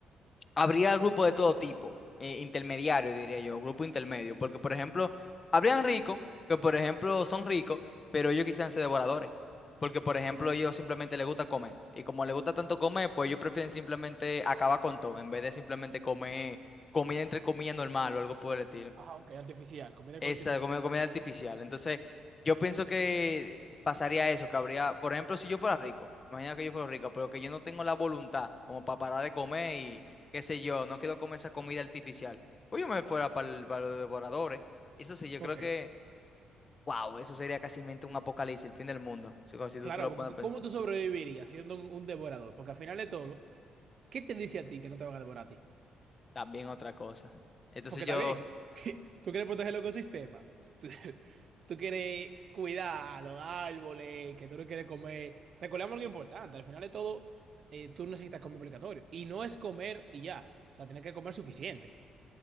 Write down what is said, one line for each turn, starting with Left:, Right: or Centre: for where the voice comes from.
Left: habría grupo de todo tipo, eh, intermediario, diría yo, grupo intermedio, porque por ejemplo, habrían ricos, que por ejemplo son ricos, pero ellos quisieran ser devoradores, porque por ejemplo ellos simplemente les gusta comer, y como les gusta tanto comer, pues ellos prefieren simplemente acabar con todo, en vez de simplemente comer comida entre comillas normal o algo por el estilo.
Right: Ajá, ok, artificial, comida
Left: Esa
Right: artificial.
Left: comi- comida artificial. Entonces, yo pienso que pasaría eso, que habría, por ejemplo, si yo fuera rico, imagina que yo fuera rico, pero que yo no tengo la voluntad como para parar de comer y qué sé yo, no quiero comer esa comida artificial, pues yo me fuera para los devoradores. Eso sí, yo
Right: Ok.
Left: creo que, wow, eso sería casi mente un apocalipsis, el fin del mundo, si, si tú
Right: Claro,
Left: te lo
Right: porque
Left: pones a pensar.
Right: c- ¿cómo tú sobrevivirías siendo un, un devorador? Porque al final de todo, ¿qué te dice a ti que no te van a devorar a ti?
Left: También otra cosa. Entonces
Right: Porque
Left: yo,
Right: está bien, <laughs> tú quieres proteger el ecosistema, tú, <laughs> tú quieres cuidar a los árboles, que tú no quieres comer. Recordemos algo importante, al final de todo, eh, tú necesitas comer obligatorio. Y no es comer y ya, o sea, tienes que comer suficiente.